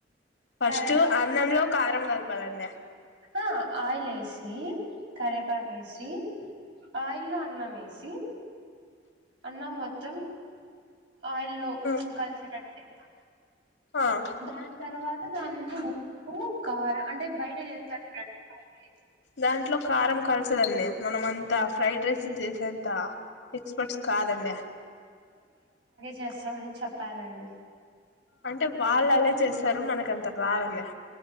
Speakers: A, on the left (about 80°); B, on the right (about 80°).
A: ఫస్ట్
B: కర
A: అన్నంలో కారం కలపాలండి
B: ఆ ఆయిల్ ఏసి కరేపాకేసి ఆయిల్లో అన్నం వేసి అన్నం మొత్తం ఆయిల్లో
A: మ్
B: కలిసేటట్టు చేయాలి
A: ఆ అ
B: దాని
A: అండి
B: తర్వాత దాని మీద ఉప్పు కారం అంటే బయట చేస్తారు చూడండి
A: దాంట్లో కారం కల్స్ కొన్ని మనంమన్ అంత ఫ్రైడ్ రైస్లు చేసేంత ఎక్స్పర్ట్స్ కాదండి
B: చేస్తానని చెప్పాలండి
A: అంటే వాళ్ళు అలా చేస్తారు మనకంత రాదండి